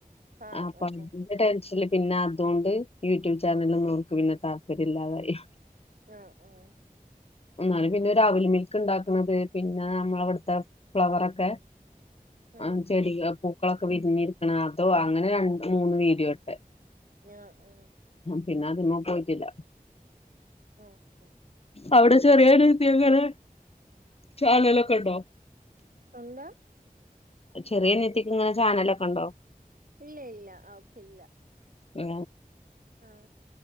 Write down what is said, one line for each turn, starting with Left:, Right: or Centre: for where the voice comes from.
Right: ആഹ്
Left: അപ്പ
Right: ഉം
Left: അയിൻ്റെ ടെൻ ടെൻഷല് പിന്നെ അതോണ്ട് യൂട്യൂബ് ചാനലൊന്നും നമുക്ക് പിന്നെ താല്പര്യം ഇല്ലാതായി
Right: ആ ആ
Left: ന്നാലും പിന്നെ ഒരവ്ൽമിൽക് ഇണ്ടക്ണത് പിന്നേ അമ്മളെ വട്ത്തെ ഫ്ലവറൊകെ
Right: ഉം
Left: ആ ചെടി പൂക്കളൊക്കെ വിരിഞ്ഞിരിക്ക്ണ അതും അങ്ങനെ രണ്ട് മൂന്ന് വീഡിയോട്ടെ
Right: ആ ആ
Left: പിന്നെ അതിമ്മേ പോയിട്ടില്ല
Right: ആ ആ
Left: അവിടെ ചെറിയനിയതിക് ങ്ങനെ ചാനലൊക്കെ ഉണ്ടോ
Right: എന്താ
Left: ചെറിയനയത്തിക്ക് ഇങ്ങനെ ചാനലൊക്കെണ്ടോ
Right: ഇല്ല ഇല്ല അവക്ക് ഇല്ല
Left: ആ
Right: ആ